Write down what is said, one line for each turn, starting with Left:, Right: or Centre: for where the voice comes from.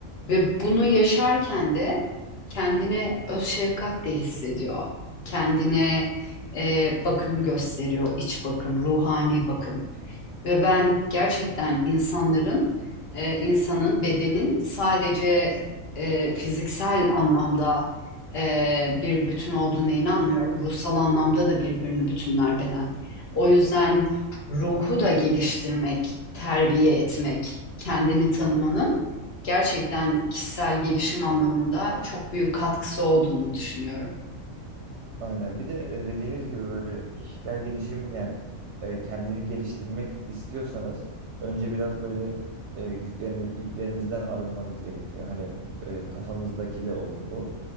Left: Ve bunu yaşarken de kendine öz şefkat de hissediyor. Kendine e, bakım gösteriyor, iç bakım, ruhani bakım. Ve ben gerçekten insanların, e, insanın bedenin sadece e, fiziksel anlamda e, bir bütün olduğuna inanmıyorum. Ruhsal anlamda da birbirini bütünler beden. O yüzden ruhu da geliştirmek, terbiye etmek, kendini tanımanın gerçekten kişisel gelişim anlamında çok büyük katkısı olduğunu düşünüyorum.
Right: Aynen. Bir de e, dediğiniz gibi böyle kişisel gelişim yani e, kendini geliştirmek istiyorsanız önce biraz böyle e, yüklerini, yüklerinizden arınmanız gerekiyor. Hani e, kafanızdaki de olur bu.